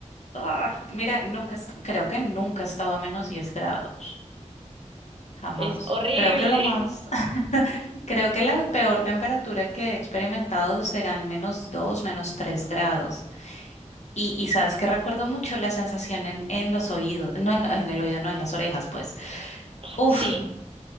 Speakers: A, on the left (about 65°); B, on the right (about 50°).
A: Ah, mira, nunca, est- creo que nunca estaba a menos 10 grados. Jamás.
B: Es horrible.
A: Creo que lo más, <laughs> creo que la peor temperatura que he experimentado serán menos 2, menos 3 grados. Y, y sabes que recuerdo mucho la sensación en, en los oídos, no en, en el oído, no en las orejas, pues.
B: <laughs>
A: Uf,
B: Sí,